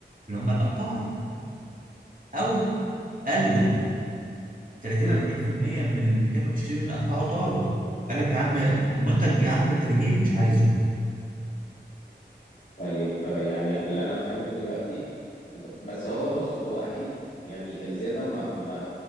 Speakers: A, on the right; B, on the left.
A: اللي هم القطاعي او قالوا 30
B: امم
A: 40% من اللي كانوا بيشتروا مني قطعوا طاروا قال لك يا عم منتج يا عم تجميل مش عايزه
B: طيب آه، يعني اللي انا فهمته دلوقتي انت بس هو بص هو اكيد يعني الزياده ما ما